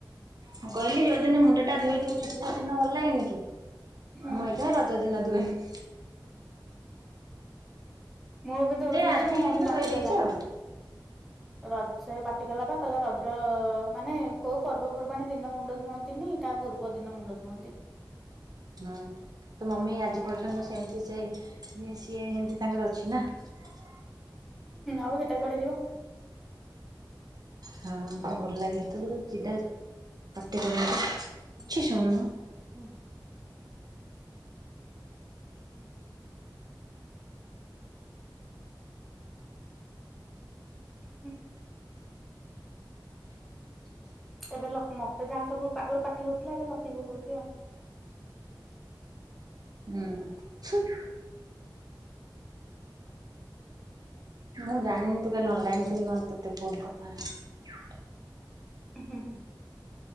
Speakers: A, on the right; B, in the centre.
A: ମୁଁ କହିଲି ଯୋଉଦିନ ମୁଣ୍ଡଟା ଧୋଇଥବୁ ଚୁଟିଟା ସେଇଦିନ ଭଲ ଲାଗେନି କି ମୁ
B: ହୁଁ।
A: ହେଇଥିପାଇଁ ରଜ ଦିନ ଧୁଏେ ।
B: ମୁଁ ବି ଧୋଉଥିଲି
A: ଆଜି
B: ଯେ ମୋ ମମି
A: କିନ୍ତୁ
B: ପାଟିଗଲା
A: ଧୋଇ ଦେଇଛି ଆଉ।
B: ରଜରେ ପା ଟି କଲା ପା କହିଲା ରଜ ମାନେ କୋଉ ପର୍ବପର୍ବାଣୀ ଦିନ ମୁଣ୍ଡ ଧୁଅନ୍ତିନି ତା ପୂର୍ବ ଦିନ ମୁଣ୍ଡ ଧୁଅନ୍ତି ।
A: ହଁ ତ ମମି ଆଜି ପର୍ଯ୍ୟନ୍ତ ସେମିତି ସେ ସିଏ ଏମିତି ତାଙ୍କର ଅଛି ନା ।
B: ଆଉ ହେଟା କୁଆଡେ ଯିବ ।
A: ହଁ ଭଲ ଲାଗେ <unintelligible> କରନ୍ତି କିଛି ଶୁଣୁନୁ
B: ହୁଁ ହୁଁ ଏବେ ଲକ୍ ମତେ ଯାହା ସବୁ ଆଗରୁ ପାଟି ହଉଥିଲା ଏବେ ଲକିକୁ କଉଛି ଆଉ ।
A: ହୁଁ। ମୁଁ ଜାଣିନି ତୁ କାଲି ଅନ୍ଲାଇନ୍ ଥିଲୁ ନହେଲେ ତତେ ଫୋନ୍ କରଥାଆନ୍ତି ।
B: ହୁଁ ହୁଁ